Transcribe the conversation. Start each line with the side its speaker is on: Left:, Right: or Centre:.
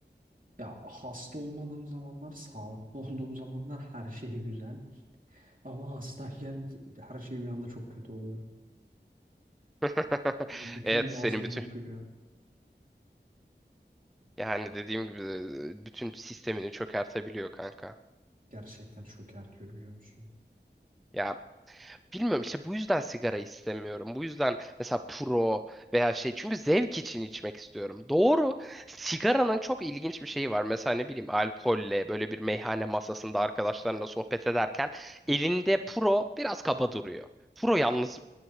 Right: ya hasta olmadığım zamanlar, sağlıklı <laughs> olduğum zamanlar her şey güzel. Ama hastayken her şey bir anda çok kötü oluyor.
Centre: <laughs>
Right: Bütün
Centre: Evet
Right: boğazım
Centre: senin bütün
Right: dökülüyor.
Centre: yani dediğim gibi e, bütün sistemini çökertebiliyor kanka.
Right: Gerçekten çok ertiyor biliyor musun?
Centre: Ya Bilmiyorum işte bu yüzden sigara istemiyorum. Bu yüzden mesela pro veya şey çünkü zevk için içmek istiyorum. Doğru. Sigaranın çok ilginç bir şeyi var. Mesela ne bileyim alkolle böyle bir meyhane masasında arkadaşlarınla sohbet ederken elinde pro biraz kaba duruyor. Pro yalnız